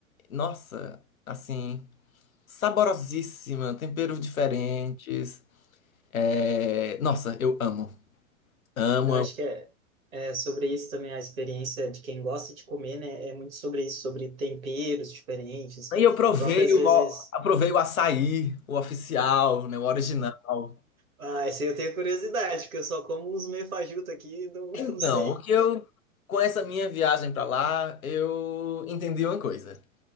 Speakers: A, on the left (about 80°); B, on the right (about 80°).
A: Nossa, assim, saborosíssima, temperos diferentes. É, Nossa, eu amo. Amo,
B: Eu acho que é, é sobre isso também, a experiência de quem gosta de comer, né? É muito sobre isso, sobre temperos diferentes.
A: Aí eu provei
B: A própria, às
A: o,
B: vezes.
A: aprovei o açaí, o oficial, né, o original.
B: Ah, esse aí eu tenho curiosidade, porque eu só como uns meio fajuto aqui, e não, <laughs>
A: Então,
B: não sei.
A: o que eu, com essa minha viagem para lá, eu entendi uma coisa.